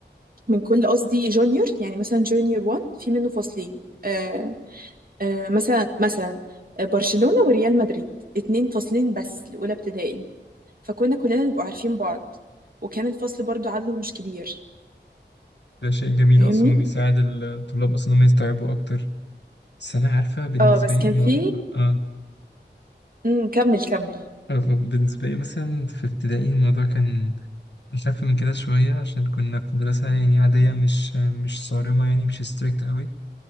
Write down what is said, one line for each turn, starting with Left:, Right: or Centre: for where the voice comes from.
Right: من كل قصدي جونيور يعني مثلا جونيور 1 في منه فصلين آه، آه، مثلا مثلا برشلونة وريال مدريد اتنين فاصلين بس لأولى ابتدائي فكنا كلنا نبقى عارفين بعض وكان الفصل برضو عدده مش كبير
Left: ده شيء جميل
Right: فاهمني
Left: اصلا وبيساعد الطلاب اصلا انهم يستوعبوا اكتر بس انا عارفة بالنسبة
Right: اه بس
Left: لي
Right: كان
Left: موضوع
Right: في
Left: اه
Right: امم كمل كمل
Left: آه، آه، بالنسبة لي مثلا في ابتدائي الموضوع كان أخف من كده شوية عشان كنا في مدرسة يعني عادية مش مش صارمة يعني مش ستريكت قوي